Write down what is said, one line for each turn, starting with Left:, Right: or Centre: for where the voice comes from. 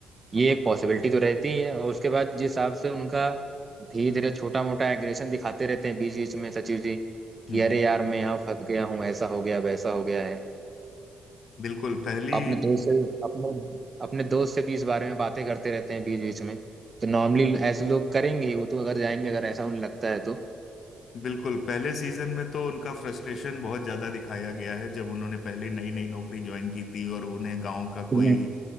Right: ये एक पॉसिबिलिटी तो रहती है और उसके बाद जिस हिसाब से उनका धीरे धीरे छोटा मोटा एग्रेशन दिखाते रहते हैं बीच बीच में सचिव जी कि
Left: हम्म
Right: अरे
Left: हम्म,
Right: यार मैं यहाँ फंस गया हूँ ऐसा हो गया वैसा हो गया है
Left: बिल्कुल पहली
Right: अपने दोस्त से अपने अपने दोस्त से भी इस बारे में बातें करते रहते हैं बीच बीच में तो नॉर्मली ऐसे लोग करेंगे ही, वो तो अगर जाएंगे अगर ऐसा उन्हें लगता है
Left: बिल्कुल पहले सीजन में तो उनका फ्रस्ट्रेशन बहुत ज्यादा दिखाया गया है जब उन्होंने पहले नई नई नौकरी ज्वाइन की थी और उन्हें गांव का
Right: तो
Left: कोई